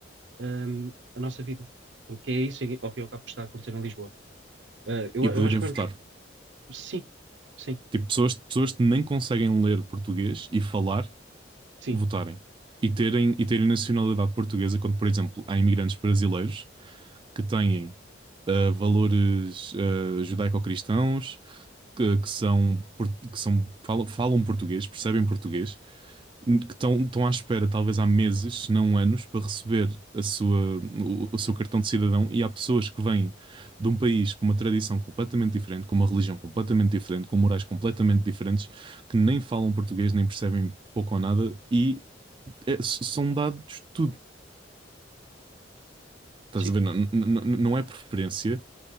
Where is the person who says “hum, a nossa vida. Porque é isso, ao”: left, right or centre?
Right